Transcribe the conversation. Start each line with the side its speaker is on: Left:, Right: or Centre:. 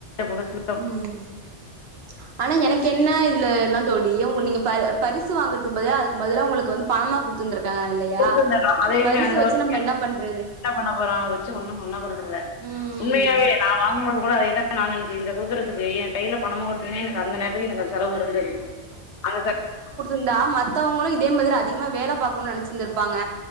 Left: <inaudible>
Right: ம் ஆனா எனக்கு என்ன இதுல என்ன தோழி உங்க நீங்க ப பரிசு வாங்குறதுக்கு பதிலா அதுக்கு பதிலா உங்களுக்கு வந்து பணமா குடுத்துருந்துருக்களா இல்லையா
Left: குடுத்திருந்தாங்க அதையுமே
Right: இ பரிசு
Left: அந்த
Right: வச்சு
Left: வருஷம்
Right: நம்ம என்ன பண்றது
Left: என்ன பண்ண போற வெச்சு ஒன்னு பண்ண போறதுல்ல
Right: ம்
Left: உண்மையாவே நா வாங்கும்போது கூட அதேதா நானு நெனச்சுட்ருந்த குடுக்குறதுக்கு எ கைல பணமா குடுத்தீங்னா எனக்கு அந்த நேரத் ல்ரெடி எனக்கு அதுக்கு செலவு வருன் தெரியு அத கத்
Right: ந்தா மத்தவுங்களு இதே மாதிரி அதிகமா வேல பாக்கணுன் நேனைச்சிருந்திருப்பாங்க